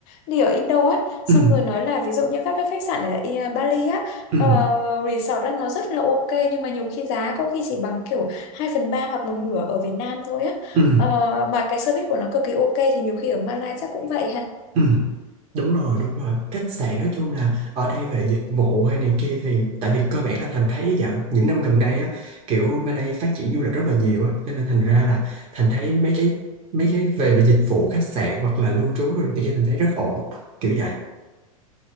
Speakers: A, on the left (about 50°); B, on the right (about 35°).
A: đi ở Indo á, xong
B: ừ,
A: rồi nói là ví dụ như các cái khách sạn ở I- Bali á,
B: ừ,
A: ờ, resort á nó rất là ok nhưng mà nhiều khi giá có khi chỉ bằng kiểu 2 phần 3 hoặc một nửa ở Việt Nam thôi á.
B: ừ, ừ.
A: Ờ, mà cái service của nó cực kỳ ok thì nhiều khi ở Malaysia chắc cũng vậy
B: ừ. Đúng rồi, đúng rồi. Khách sạn nói chung là ở đây về dịch vụ hay này kia thì tại vì cơ bản là Thành thấy dạo những năm gần đây á kiểu Malay phát triển du lịch rất là nhiều á cho nên thành ra là Thành thấy mấy cái mấy cái về dịch vụ khách sạn hoặc là lưu trú rồi thì Thành thấy rất ổn kiểu vậy.